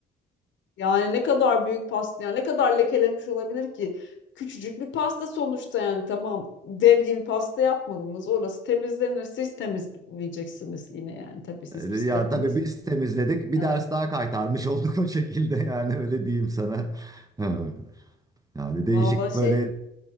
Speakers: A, on the left (about 70°); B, on the right (about 15°).
A: Yani ne kadar büyük pasta yani ne kadar lekelemiş olabilir ki? Küçücük bir pasta sonuçta yani tamam dev gibi pasta yapmadınız. Orası temizlenir. Siz temizleyeceksiniz yine yani tabii siz
B: Evet.
A: pislettiniz.
B: Ya tabii biz temizledik bir
A: Ha.
B: ders daha kaytarmış olduk o şekilde <laughs> yani öyle diyeyim sana. <laughs> Yani değişik
A: Vallahi şey
B: böyle...